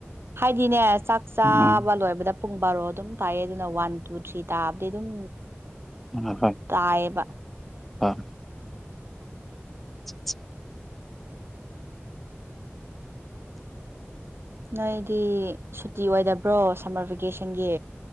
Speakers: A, on the right; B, in the centre.
A: ꯍꯥꯏꯥꯏꯗꯤꯅꯦ ꯆꯥꯛ ꯆꯥꯕ
B: ꯎꯝ
A: ꯂꯣꯏꯕꯗ ꯄꯨꯡ ꯕꯥꯔꯣ ꯑꯗꯨꯝ ꯇꯥꯏꯑ ꯑꯗꯨꯅ ꯋꯥꯟ ꯇꯨ ꯊ꯭ꯔꯤ ꯇꯥꯕꯗꯤ ꯑꯗꯨꯝ
B: ꯎ ꯍꯣꯏ
A: ꯇꯥꯏꯌꯦꯕ
B: ꯍꯣꯏ ꯆꯥ
A: ꯅꯣꯏꯗꯤ ꯁꯨꯇꯤ ꯑꯣꯏꯗꯕ꯭ꯔꯣ ꯁꯝꯃꯔ ꯚꯦꯀꯦꯁꯟꯒꯤ